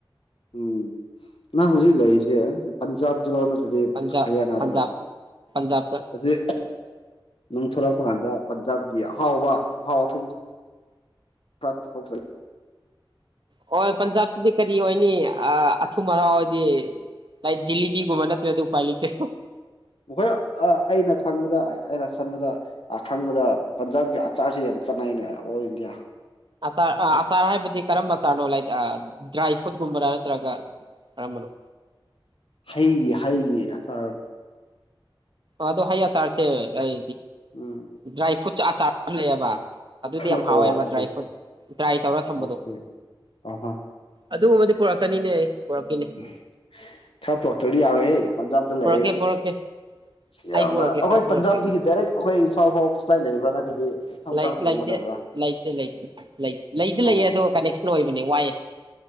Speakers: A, on the left; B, on the right.
A: ꯎꯝ ꯅ ꯍꯧꯨꯖꯤ ꯂꯣꯏꯁꯦ ꯄꯟꯖꯥꯕ ꯗ꯭ꯔꯣꯍ ꯑꯗꯨꯗꯤ
B: ꯄꯟꯖꯥꯕ
A: ꯍꯔꯤꯌꯥꯅꯥꯗꯔꯣ
B: ꯄꯟꯖꯥꯕꯇ ꯄꯟꯖꯥꯕꯇ
A: ꯑꯁꯤ ꯪ ꯊꯣꯛꯂꯛꯄ ꯀꯥꯟꯗ ꯄꯟꯖꯥꯕꯒꯤ ꯑꯍꯥꯎꯕ ꯑꯍꯥꯎ ꯑꯊꯨꯝ ꯈꯔꯊꯣꯛꯆ
B: ꯍꯣꯏ ꯄꯟꯖꯥꯕꯇꯗꯤ ꯀꯔꯤ ꯑꯣꯏꯅꯤ ꯑꯊꯨꯝ ꯑꯥꯎ ꯍꯥꯏꯗꯤ ꯂꯥꯏꯛ ꯖꯤꯂꯤꯕꯤꯒꯨꯝꯕ ꯅꯠꯇ꯭ꯔꯗꯤ ꯎꯄꯥꯏ ꯂꯩꯇꯦ
A: ꯍꯣꯏ ꯑꯩꯅ ꯈꯪꯕꯗ ꯑꯩꯅ ꯈꯟꯕꯗ ꯈꯪꯕꯗ ꯄꯟꯖꯥꯕꯒꯤ ꯑꯆꯥꯔꯁꯤꯦ ꯌꯥꯝ ꯆꯅꯥꯏꯅꯦ ꯑꯣꯜ ꯏꯟꯗꯤꯌꯥ
B: ꯑꯆꯥꯔ ꯑꯆꯥꯔ ꯍꯥꯏꯕꯗꯤ ꯀꯔꯝꯕ ꯑꯆꯥꯔꯅꯣ ꯂꯥꯏꯛ ꯗ꯭ꯔꯥꯏ ꯐ꯭ꯔꯨꯠꯀꯨꯝꯕꯔꯥ ꯅꯠꯇ꯭ꯔꯒ ꯀꯔꯝꯕꯅꯣ
A: ꯍꯌꯦꯒꯤ ꯍꯥꯏꯌꯦꯒꯤ ꯑꯔ
B: ꯑꯗꯨ ꯍꯌꯦ ꯆꯥꯔꯁꯦ ꯑꯩ
A: ꯎꯝ
B: ꯗ꯭ꯔꯥꯏ ꯐ꯭ꯔꯨꯠ ꯆꯥꯔ ꯂꯩꯑꯕ ꯑꯗꯨꯗꯤ ꯌꯥꯝ
A: ꯑꯣꯀꯦ
B: ꯍꯥꯎꯋꯦꯕ ꯗ꯭ꯔꯥꯏ ꯐ꯭ꯔꯨꯠ ꯗ꯭ꯔꯥꯏ ꯇꯧꯔ ꯊꯝꯕꯗꯣ
A: ꯑꯣꯀꯦ ꯑ
B: ꯑꯗꯨꯒꯨꯝꯕ ꯄꯨꯔꯛꯀꯅꯤꯅꯦ ꯑꯩ ꯄꯨꯔꯛꯈꯤꯅꯦ
A: ꯎꯝ ꯈꯔ ꯄꯣꯛꯛꯇꯗꯤ ꯌꯥꯔꯣꯏꯍꯦ ꯄꯟꯖꯥꯕꯇ
B: ꯄꯨꯔꯛꯀꯦ
A: ꯂꯩꯔꯒ ꯑꯁ
B: ꯄꯨꯔꯛꯀꯦ
A: ꯌꯥꯝꯅ
B: ꯑꯩ ꯄꯨꯔꯛꯀꯦ
A: ꯑꯩꯈꯣꯏ
B: ꯈꯔ ꯄꯨꯔꯛꯀꯦ
A: ꯄꯟꯖꯥꯕꯗꯒꯤ
B: ꯎꯝ
A: ꯗꯥꯏꯔꯦꯛ ꯑꯩꯈꯣꯏ ꯏꯝꯐꯥꯜ ꯐꯥꯎ ꯐ꯭ꯂꯥꯏꯠ ꯂꯩꯕ꯭ꯔꯥ ꯅꯠꯇ꯭ꯔꯗꯤ ꯃꯊꯪ
B: ꯂꯩꯇꯦ
A: ꯃꯊꯪ
B: ꯂꯩꯇꯦ
A: ꯇꯣꯡꯒꯗꯕ꯭ꯔꯥ
B: ꯂꯩꯇꯦ ꯂꯩꯇ ꯂꯩꯗꯤ ꯂꯩꯌꯦ
A: ꯑꯣ
B: ꯑꯗꯣ ꯀꯅꯦꯛꯁꯟ ꯑꯣꯏ ꯋꯥꯏ